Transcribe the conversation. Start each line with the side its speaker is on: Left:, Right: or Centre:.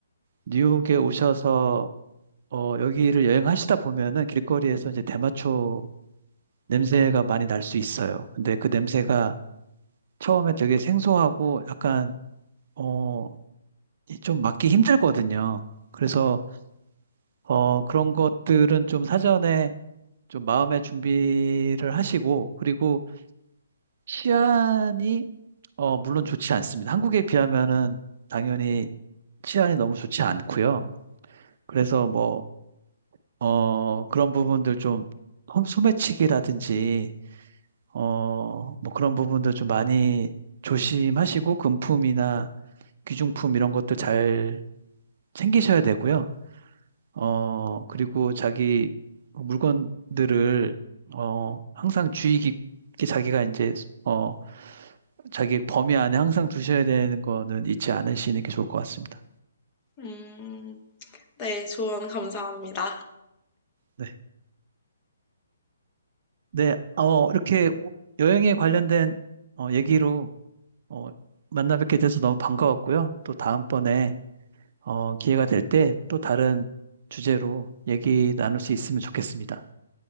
Right: 뉴욕에 오셔서, 어, 여기를 여행하시다 보면은 길거리에서 이제 대마초 냄새가 많이 날 수 있어요. 근데 그 냄새가 처음에 되게 생소하고 약간, 어, 이좀 맡기 힘들거든요. 그래서, 어, 그런 것들은 좀 사전에 좀 마음의 준비를 하시고 그리고 치안이 어 물론 좋지 않습니다. 한국에 비하면은 당연히 치안이 너무 좋지 않고요. 그래서 뭐 어 그런 부분들 좀 소- 소매치기라든지 어 뭐 그런 부분들 좀 많이 조심하시고 금품이나 귀중품 이런 것들 잘 챙기셔야 되고요. 어 그리고 자기 물건들을 어 항상 주의 깊게 자기가 이제 어 자기 범위 안에 항상 두셔야 되는 거는 잊지 않으시는 게 좋을 것 같습니다.
Left: 음, 네, 조언 감사합니다.
Right: 네. 네, 어, 이렇게 여행에 관련된 어, 얘기로 어, 만나 뵙게 돼서 너무 반가웠고요. 또 다음번에 어, 기회가 될 때 또 다른 주제로 얘기 나눌 수 있으면 좋겠습니다.